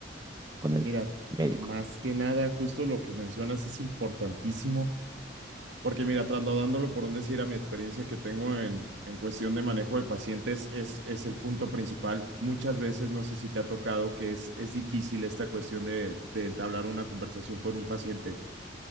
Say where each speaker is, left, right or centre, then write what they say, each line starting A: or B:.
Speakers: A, on the right; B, on the right.
A: con el
B: Mira,
A: médico.
B: más que nada, justo lo que mencionas es importantísimo, porque mira, trasladándolo por un decir a mi experiencia que tengo en, en cuestión de manejo de pacientes, es, es el punto principal. Muchas veces, no sé si te ha tocado que es, es difícil esta cuestión de, de entablar una conversación con un paciente